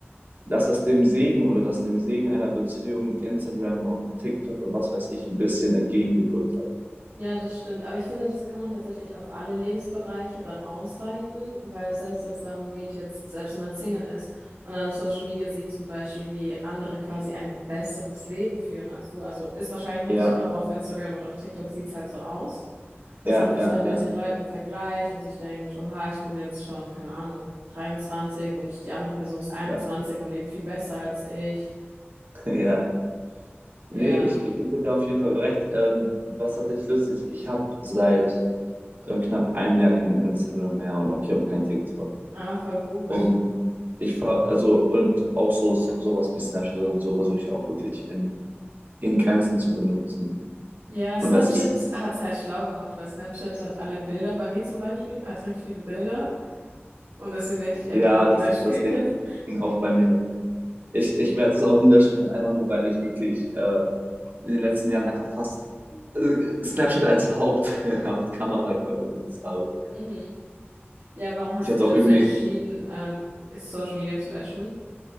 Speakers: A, on the right; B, on the right.
A: dass das dem Segen oder dass dem Segen einer Beziehung Instagram und TikTok und was weiß ich ein bisschen entgegengewirkt hat.
B: ja, das stimmt. Aber ich finde, das kann man tatsächlich auf alle Lebensbereiche dann ausweiten, weil selbst wenn es darum geht, jetzt, selbst wenn man Single ist und dann auf Social Media sieht zum Beispiel, wie andere quasi ein besseres Leben führen als du, also ist wahrscheinlich nicht
A: Ja,
B: so, aber auf Instagram und auf TikTok sieht's halt so aus, dass
A: ja,
B: man sich
A: ja,
B: dann mit
A: ja,
B: den Leuten vergleicht und sich denkt, oha, ich bin jetzt schon, keine Ahnung, 23 und die andere Person ist 21
A: ja,
B: und lebt viel besser als ich.
A: <laughs> ja. Nee,
B: Ja,
A: ich, ich gebe dir da auf jeden Fall recht. Ähm, was tatsächlich lustig ist, ich habe seit äh, knapp einem Jahr kein Instagram mehr und auch ich habe auch kein TikTok.
B: ah, voll gut.
A: Und ich ver also und auch so sowas wie Snapchat und so versuche ich auch wirklich in, in Grenzen zu benutzen.
B: Ja, Snapchat
A: Und das ist,
B: hat's halt schlau gemacht, weil Snapchat hat alle Bilder, bei mir zum Beispiel, hat richtig viele Bilder und deswegen werde ich die App
A: ja,
B: einfach nie
A: das
B: löschen
A: ist das
B: können.
A: Ding
B: <laughs>
A: oft bei mir. Ich, ich werde es auch nie löschen können, einfach nur, weil ich wirklich äh, in den letzten Jahren einfach fast äh, Snapchat als Haupt, <laughs> Hauptkameraquelle benutzt habe.
B: Mhm. Ja, warum hast
A: Ich hatte
B: du dich dazu
A: auch irgendwie,
B: entschieden, ähm, Social Media zu löschen?